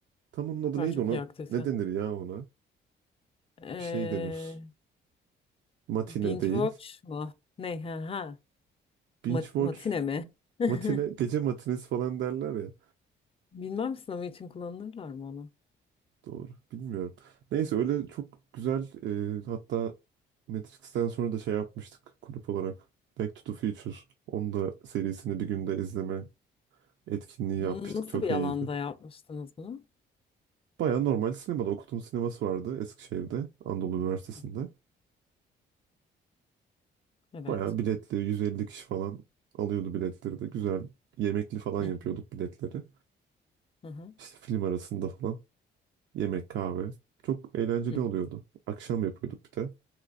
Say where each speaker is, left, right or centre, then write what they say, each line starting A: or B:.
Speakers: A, on the right (about 65°); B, on the left (about 30°).
A: Tam onun adı
B: Süper
A: neydi
B: çok
A: ona?
B: iyi aktivite.
A: Ne denir ya ona?
B: Ee,
A: Bir şey denir. Matine
B: binge
A: değil.
B: watch mu? Ne? Ha, ha.
A: Binge
B: Ma-
A: watch
B: matine mi? <laughs>
A: Matine, gece matinesi falan derler ya.
B: Bilmem sınavı için kullanırlar mı onu?
A: Doğru. Bilmiyorum. Neyse öyle çok güzel e, hatta Matrix'ten sonra da şey yapmıştık kulüp olarak. Back to the Future. Onu da serisini bir günde izleme etkinliği
B: N-
A: yapmıştık.
B: Nasıl
A: Çok
B: bir
A: iyiydi.
B: alanda yapmıştınız bunu?
A: Baya normal sinemada. Okut'un sineması vardı Eskişehir'de. Anadolu Üniversitesi'nde.
B: Hı hı. Evet.
A: Baya biletli 150 kişi falan alıyordu biletleri de. Güzel. Yemekli falan
B: Hı
A: yapıyorduk
B: hı.
A: biletleri.
B: Hı hı.
A: İşte film arasında falan. Yemek, kahve. Çok eğlenceli
B: Hı hı.
A: oluyordu. Akşam yapıyorduk bir de.